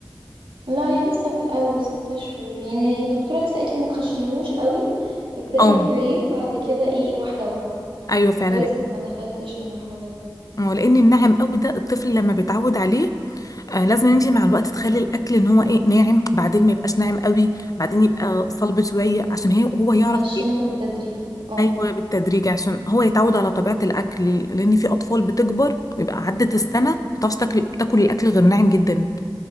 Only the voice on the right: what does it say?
لا هي لسه في الاول ست شهور يعني الدكتوره لسه قالت لي ما تخشنوش قوي ابداي
بيوريه وبعد كده ايه واحده واحده
فلسه ما دخلتش المرحلة دي
هخشنه
بالتدريج اه